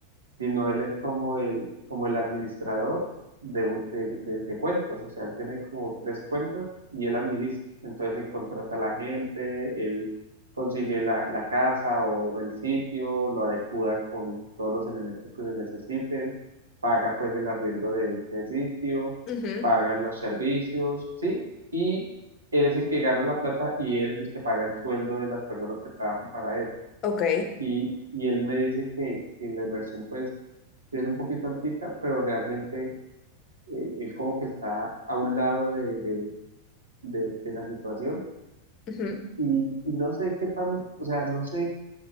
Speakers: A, on the right; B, on the left.
A: sino él es como el, como el administrador de, un- de, de- de cuentas, o sea, él tiene como tres cuentas y él administra, entonces él contrata a la gente, él consigue la, la casa o el sitio, lo adecua con todos los elementos que se necesiten, paga pues el arriendo de ese sitio,
B: ujú,
A: paga los servicios, ¿sí? Y él es el que gana la plata y él es el que paga el sueldo de las personas que trabajan para él.
B: Ok.
A: Y, y él me dice que, que la inversión, pues, sí es un poquito antica, pero realmente eh, él como que está a un lado de, de, de- de la situación
B: ujú.
A: y, y no sé qué tan, o sea, no sé,